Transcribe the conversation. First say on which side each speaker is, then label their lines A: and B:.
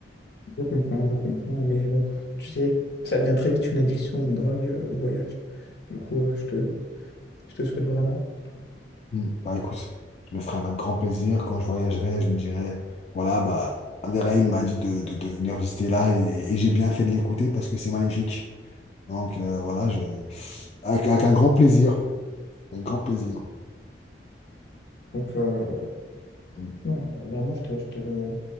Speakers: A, on the left; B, on the left.
A: Je comprends, je comprends. Mais bon, tu sais, ça devient très vite une addiction, une drogue, euh, le voyage. Du coup, euh, je te, je te souhaite vraiment.
B: Mm. Bah écoute, je le ferai avec grand plaisir. Quand je voyagerai, je me dirai, voilà, bah, Abderrahim m'a dit de, de, de venir visiter là et, et j'ai bien fait de l'écouter parce que c'est magnifique. Donc euh, voilà, je... avec, avec un grand plaisir. Un grand plaisir.
A: Donc, euh,
B: Mm.
A: non, vraiment, je te, je te le,